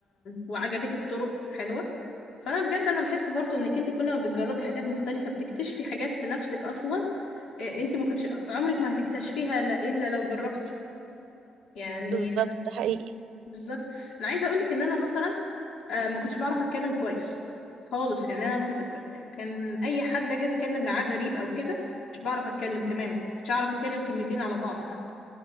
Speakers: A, on the left; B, on the right.
A: وعجبتك طرق حلوة فانا بجد انا بحس برضو انك انت كل ما بتجربي حاجات مختلفة بتكتشفي حاجات في نفسك اصلا آه، انت ما كنتش عمرك ما هتكتشفيها لا- الا لو جربتي يعني
B: بالظبط
A: آه،
B: ده حقيقي
A: بالظبط انا عايزة اقولك ان انا مثلا آه ما كنتش بعرف اتكلم كويس خالص يعني انا كنت ك- كان اي حد اجي اتكلم معاه غريب او كده كنتش بعرف اتكلم تماما كنتش اعرف اتكلم كلمتين على بعض حتى